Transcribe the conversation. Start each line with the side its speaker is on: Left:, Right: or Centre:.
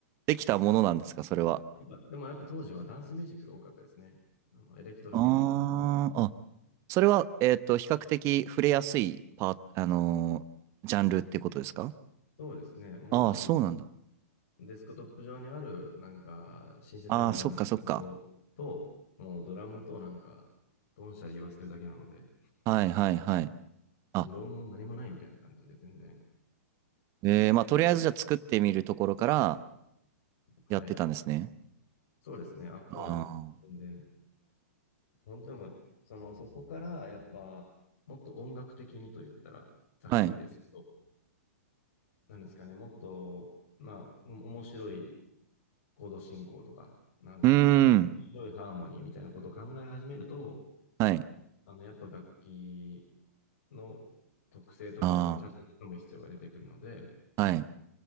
Right: できたものなんですか、それは。
Left: やっぱ、でもやっぱ当時はダンスミュージックが多かったですね。あの、エレクトロミュージックと。
Right: あーあ、それは、えっと、比較的触れやすいパー、あのージャンルってことですか
Left: そうですね。もうあの、
Right: ああー、そうなんだ。
Left: デスクトップ上にある、なんか、シンセサイザーみたいなことと、
Right: ああ、そっかそっか。
Left: もうドラムとなんか、ドンシャリ言わせてるだけなので、
Right: はいはいはい。あ、
Left: 理論も何もないみたいな感じで、全然。
Right: えー、まあ、とりあえずじゃあ作ってみるところから
Left: はい。
Right: やってたんですね。
Left: そうですね、あっこは、
Right: あ
Left: 全然。本当にもう、その、そこから、やっぱ、もっと音楽的にと言ったら、ざっくりですけど、
Right: あ。はい。
Left: なんですかね、もっと、まあ、お面白いコード進行とか、なんか、
Right: うーん。
Left: 面白いハーモニーみたいなことを考え始めると、
Right: はい。
Left: あの、やっぱ楽器、の特性とかをちゃんと掴む必要が出てくるので、
Right: ああ。はい。